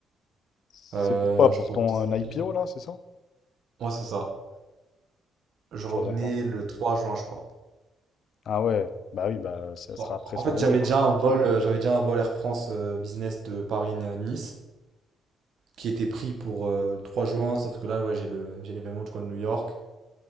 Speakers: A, on the left; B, on the right.
A: C'est
B: Euh,
A: pourquoi?
B: je
A: Pour
B: reviens.
A: ton euh, IPO, là, c'est ça?
B: Ouais, c'est ça. Je revenais
A: Tu reviens quand?
B: le 3 juin, je crois.
A: Ah ouais, bah oui, bah ça sera
B: Bon,
A: après
B: En
A: son
B: fait,
A: ami.
B: j'avais déjà un vol, euh, j'avais déjà un vol Air France euh, Business de Paris à Nice qui était pris pour euh, le 3 juin, sauf que là, ouais, j'ai le, j'ai l'événement du coin de New York.